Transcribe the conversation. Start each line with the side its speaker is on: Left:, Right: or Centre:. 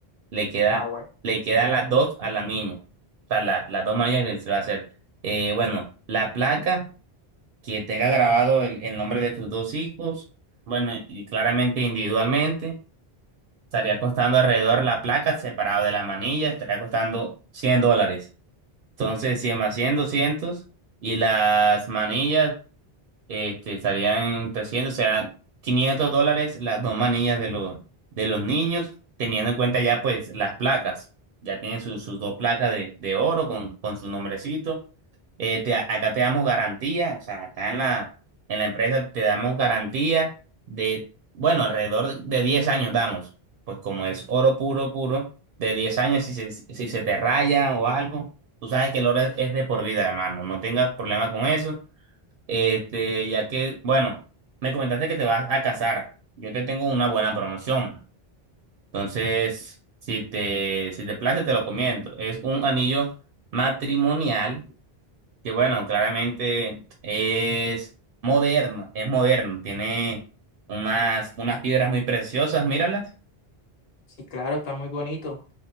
Right: Le queda,
Left: Ah, bueno.
Right: le quedan las dos a la niña. O sea, la- las dos niñas que se va a hacer. Eh, bueno, la placa que tenga grabado el, el nombre de tus dos hijos. Bueno, y claramente individualmente. Estaría costando alrededor la placa separado de la manilla. Estaría costando 100 dólares. Entonces, 100 más 100, 200. Y las manillas. Este, estarían presionando, o sea, 500 dólares las dos manillas de los, de los niños, teniendo en cuenta ya pues las placas. Ya tienen sus, sus dos placas de, de oro con, con su nombrecito. Eh, te- acá te damos garantía, o sea, acá en la, en la empresa te damos garantía de, bueno, alrededor de 10 años damos. Pues como es oro puro, puro, de diez años si se, si se te raya o algo, tú sabes que el oro es, es de por vida, hermano. No tengas problema con eso. Este, ya que, bueno, me comentaste que te vas a casar. Yo te tengo una buena promoción. Entonces, si te, si te place, te lo comento. Es un anillo matrimonial que, bueno, claramente es moderno, es moderno. Tiene unas, unas piedras muy preciosas, míralas.
Left: Sí, claro, está muy bonito.